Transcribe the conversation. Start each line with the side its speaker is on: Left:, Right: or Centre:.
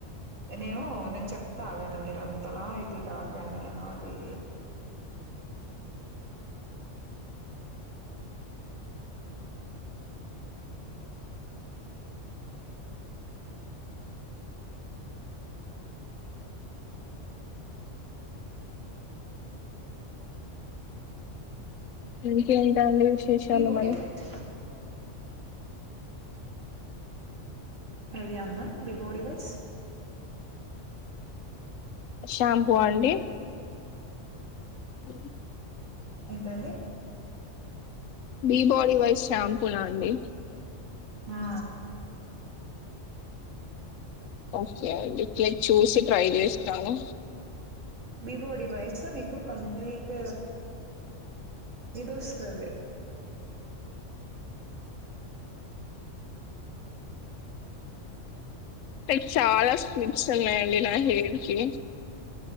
Right: నేను నేను చెప్తాఆగండి మీరు అంతలా ఇది కాకండి నేను అది
Left: అకే విశేషాలు
Right: బీ బాడీ
Left: మరి
Right: వైట్ ఎడియా అన్న బి బోడిీ వైస్
Left: షాంపూ అండి ఉ
Right: ఏంటండి
Left: బి బాడీ వైజ్ షాంపూనా అండి
Right: ఆ
Left: ఓకే అండి ఇల చూసి ట్రై చేస్తాను
Right: బీ బాడీ వయసు మీీకు కంప్లీట్ ఇదిస్తాది
Left: లైక్ చాలా స్పీడ్స్ ఉన్నాయి ఆ నా హెయిర్ కి